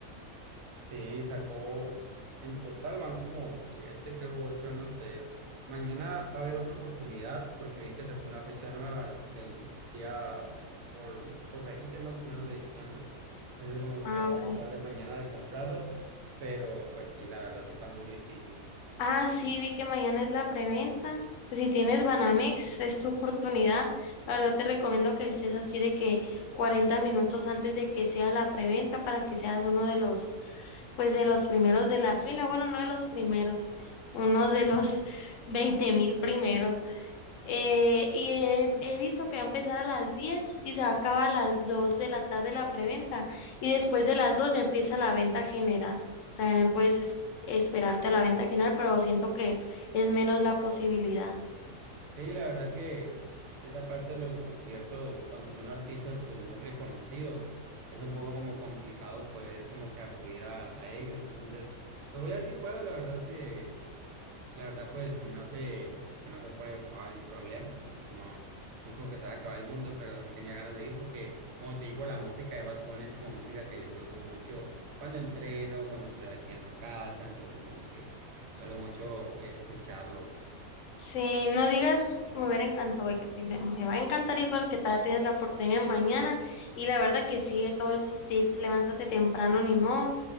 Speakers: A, on the right; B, on the left.
A: Sí, sacó, en total van como siete, creo ocho, no sé. Mañana va a haber otra oportunidad porque vi que sacó una fecha nueva el día por, por 20 más o menos de diciembre. Entonces como
B: Ah,
A: que voy
B: ok.
A: a tratar de mañana de comprarlos, pero pues sí, la verdad sí está muy difícil.
B: Ah, sí, vi que mañana es la preventa. Pues si tienes Banamex, es tu oportunidad. La verdad te recomiendo que estés así de que 40 minutos antes de que sea la preventa para que seas uno de los, pues de los primeros de la fila. Bueno, no de los primeros, uno de los <laughs> veinte mil primeros. Eh, y he, he visto que va a empezar a las 10 y se va a acabar a las 2 de la tarde la preventa. Y después de las 2 ya empieza la venta general. También puedes es- esperarte a la venta general, pero siento que es menos la posibilidad.
A: Sí, la verdad que esa parte de los conciertos, cuando son artistas pues muy reconocidos, es un poco como complicado poder como que acudir a, a ellos. Entonces, pues voy a ver si puedo, la verdad sí. La verdad, pues si no se, si no se puede, no hay problema, pues no, no es como que se va a acabar el mundo, pero sí tenía ganas de ir porque, como te digo, la música de Bad Bunny es como música que disfruto mucho cuando entreno, cuando estoy aquí en la casa, entonces como que suelo mucho escucharlo.
B: Sí, no digas, me hubiera encantado ir, dile, me va a encantar ir porque todavía tienes la oportunidad mañana y la verdad que sigue todos esos tips, levántate temprano, ni modo,